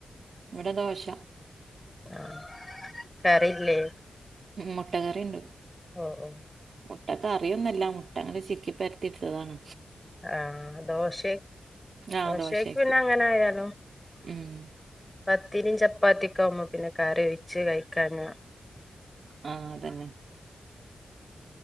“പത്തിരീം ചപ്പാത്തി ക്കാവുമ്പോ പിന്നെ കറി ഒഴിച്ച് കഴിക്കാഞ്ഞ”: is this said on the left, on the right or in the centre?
Left